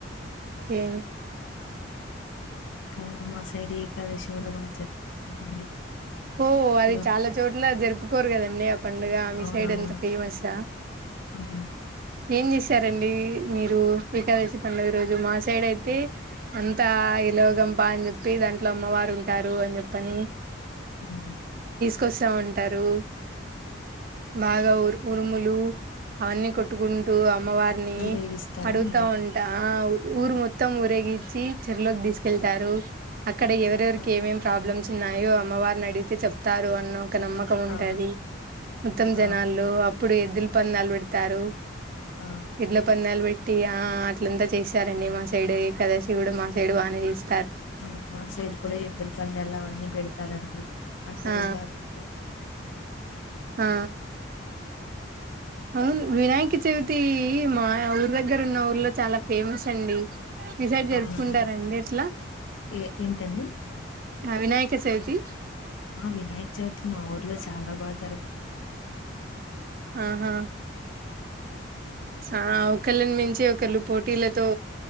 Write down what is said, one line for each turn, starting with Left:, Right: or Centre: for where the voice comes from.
Right: కె
Left: ఇంకా మా సైడ్ ఏకాదశి కూడా బాగా జరుపుకుంటామండి
Right: ఓ అది
Left: కూడా
Right: చాలా చోట్ల జరుపుకోరు కదండి ఆ పండుగ మీ
Left: అవునవును
Right: సైడ్ అంతా ఫేమస్ ఆ
Left: అవునండి
Right: ఏం చేశారండి మీరు ఏకాదశి పండుగ రోజు మా సైడ్ అయితే అంతా విలోగంపా అని చెప్పి దాంట్లో అమ్మవారు ఉంటారు అని చెప్పని
Left: ఉమ్
Right: కోసా ఉంటారు బాగా ఉరు ఉరుములు అవన్నీ కొట్టుకుంటూ అమ్మవారిని
Left: ఊరేగిస్తారా
Right: అడుగుతా
Left: అండి
Right: ఉంటా ఊరు మొత్తం ఊరేగిచ్చి చెరువులోకి తీసుకెళ్తారు
Left: ఆ
Right: అక్కడ ఎవరెవరికి
Left: ఆ
Right: ఏమేం ప్రాబ్లమ్స్ ఉన్నాయో అమ్మవారిని అడి గితే చెప్తారు అన్న ఒక నమ్మకం ఉంటది
Left: ఆ
Right: మొత్తం జనాల్లో
Left: ఆ!
Right: అప్పుడు ఎద్దుల పందాలు పెడుతారు
Left: ఆ! ఆ!
Right: ఎడ్ల పందాలు పే ట్టి ఆ అట్లంతా చేశారండి మా సైడ్ ఏకాదశి కూడా మా సైడ్ బానే చేస్
Left: అవును మా సైడ్ కూడా ఎద్దుల పందాలు అవన్నీ పెడతారండి అంటే
Right: ఆ
Left: ఉగాదికి
Right: ఆ అవును వినాయక చవితి మా యా ఉ దగ్గర ఉన్న ఊర్లో చాలా ఫేమస్ అండి మీ సైడ్ జరుపుకుంటారండి
Left: అవునండి
Right: అట్లా
Left: ఏ ఏంటండి
Right: క వినాయక చవితి
Left: ఆ వినాయక చవితి మా ఊర్లో చాలా బాగా జరుప్
Right: ఆహా ఆా ఓ క్కళ్ళని మించి ఒకళ్ళు పోటీలతో